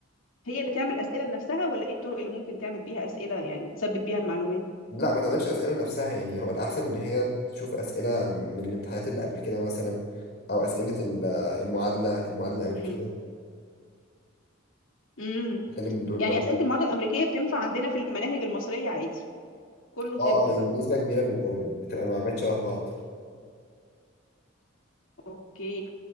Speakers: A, on the left; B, on the left.
A: هي اللي تعمل أسئلة لنفسها ولا إيه الطرق اللي ممكن تعمل بيها أسئلة يعني تثبت بيها المعلومات
B: لا ما تعملش أسئلة لنفسها يعني هو الأحسن إن هي تشوف أسئلة من الامتحانات اللي قبل كده مثلا أو أسئلة ال- المعادلة المعادلة الأمريكية
A: امم امم
B: تتكلم من دول
A: يعني
B: برضه
A: أسئلة المواد الأمريكية بتنفع عندنا في المناهج المصرية عادي كله طب
B: أه
A: بقى
B: يعني بنسبة كبيرة بيبقوا بتبقى المعلومات شبه بعض
A: أوكي